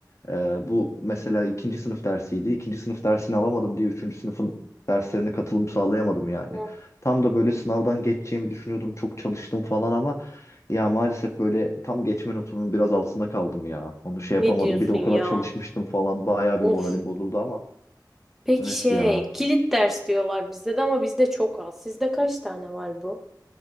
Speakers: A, on the left; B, in the centre.
A: Ee, bu mesela ikinci sınıf dersiydi. İkinci sınıf dersini alamadım diye üçüncü sınıfın derslerine katılım sağlayamadım yani.
B: Hmm.
A: Tam da böyle sınavdan geçeceğimi düşünüyordum. Çok çalıştım falan ama ya maalesef böyle tam geçme notumun biraz altında kaldım ya. Onu şey yapamadım.
B: Ne diyorsun
A: Bir de o
B: ya?
A: kadar çalışmıştım falan. Bayağı
B: Of.
A: bir moralim bozuldu ama.
B: Peki
A: Evet
B: şey
A: ya.
B: kilit ders diyorlar bizde de ama bizde çok az. Sizde kaç tane var bu?